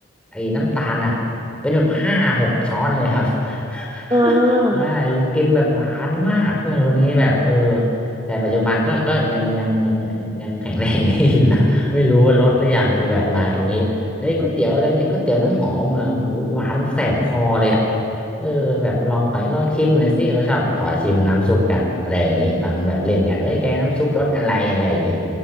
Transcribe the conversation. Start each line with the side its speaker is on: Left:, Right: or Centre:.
Centre: ไอ้น้ำตาลอ่ะเป็นแบบห้าหกช้อนเลยครับ <laughs>
Right: อ่า
Centre: ใช่กินแบบหวานมากเพื่อนคนนี้แบบเออ แต่ปัจจุบันก็ก็ยังยังยังยังแข็งแรงดีอยู่นะ <laughs> ไม่รู้ว่าลดหรือยังคือแบบนายคนนี้เฮ้ยก๋วยเตี๋ยวอะไรเนี่ยก๋วยเตี๋ยวน้ำหอมอ่ะโอ้โหหวานแสบคอเลยอ่ะเออแบบลองขอให้ลองชิมหน่อยสิเขาชอบขอชิมน้ำซุปกันอะไรอย่างงี้ตอนแบบเล่นกันเอ้ยแกน้ำซุปรสอะไรอะไรอย่างงี้